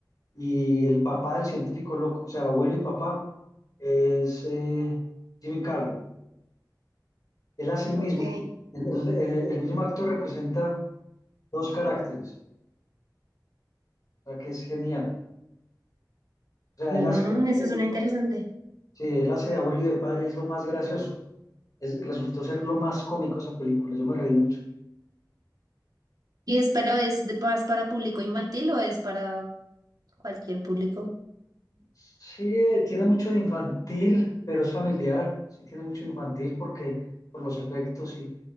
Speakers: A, on the left; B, on the right.
A: Y el papá del científico loco, o sea, abuelo y papá, es eh, Jimmy Carroll. Él hace el
B: Ok.
A: mismo, el, el- el- el mismo actor representa dos caracteres, o sea, que es genial. O sea,
B: Mm,
A: él hace de abuelo
B: esa es
A: y
B: una
A: de
B: interesante.
A: papá. Sí, él hace de abuelo y de padre, y es lo más gracioso. Es, resultó ser lo más cómico esa película, yo me reí mucho.
B: ¿Y es, pero es de paz para público infantil o es para cualquier público?
A: Sí, eh, tiene mucho de infantil, pero es familiar. Sí, tiene mucho de infantil porque por los efectos y,